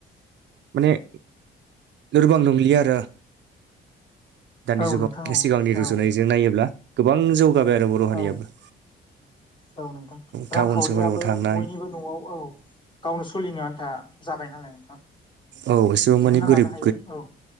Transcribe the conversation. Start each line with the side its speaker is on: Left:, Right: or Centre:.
Right: माने लोरबां नंलिया आरो दानि
Left: औ
Right: जुगाव
Left: नोंथां औ
Right: सिगांनि
Left: औ
Right: रुजुनाय जों नायोब्ला गोबां जौगाबाय आरो बर' हारियाबो
Left: औ औ नोंथां
Right: टाउन
Left: रांखावरियाबो
Right: सोहोराव थांनाय
Left: बयनिबो न'आव औ गावनो सलिनो आन्था जाबाय नालाय नोंथां
Right: औ एसेबां माने
Left: दिहुन्ना
Right: गोरिब
Left: लानो हायो औ